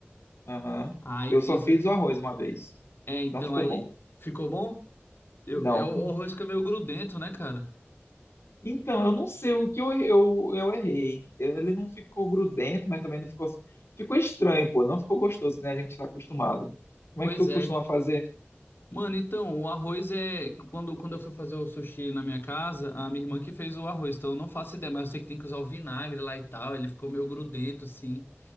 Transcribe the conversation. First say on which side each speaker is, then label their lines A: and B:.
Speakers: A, on the left; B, on the left.
A: Aham.
B: Aí
A: Eu
B: fiz...
A: só fiz o arroz uma vez.
B: É, então,
A: Não ficou
B: aí...
A: bom.
B: Ficou bom? Eu,
A: Não.
B: eu, o arroz fica meio grudento, né, cara?
A: Então, eu não sei o que eu, eu, eu errei. Ele não ficou grudento, mas também não ficou. Ficou estranho, pô. Não ficou gostoso, né? A gente tá acostumado. Como
B: Pois
A: é que tu
B: é.
A: costuma fazer
B: Mano, então, o arroz é. Quando, quando eu fui fazer o sushi na minha casa, a minha irmã que fez o arroz, então eu não faço ideia, mas eu sei que tem que usar o vinagre lá e tal, ele ficou meio grudento, assim.